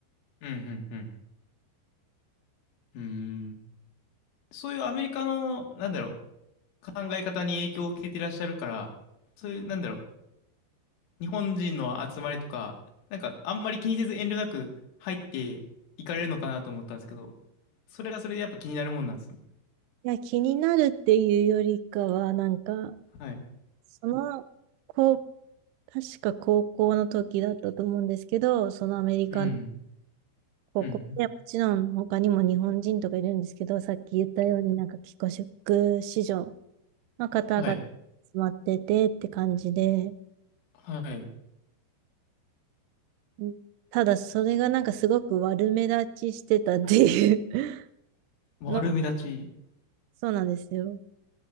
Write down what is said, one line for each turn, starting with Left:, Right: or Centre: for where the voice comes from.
Left: うんうんうん。うん。そういうアメリカの、なんだろう、考え方に影響を受けていらっしゃるから、そういう、なんだろう、日本人の集まりとか、なんかあんまり気にせず遠慮なく入っていかれるのかなと思ったんですけど、それはそれでやっぱ気になるもんなんですね。
Right: いや、気になるっていうよりかは、なんか、
Left: はい。
Right: その、こう、確か高校の時だったと思うんですけど、そのアメリカの
Left: うん。
Right: ここでもちろん他にも日本人とかいるんですけど、
Left: うん。
Right: さっき言ったようになんか帰国子女の方が集
Left: はい。
Right: まっててって感じで、
Left: はい。
Right: うんただそれがなんかすごく悪目立ちしてたっていう <laughs>
Left: 悪目立ち。
Right: の、そうなんですよ。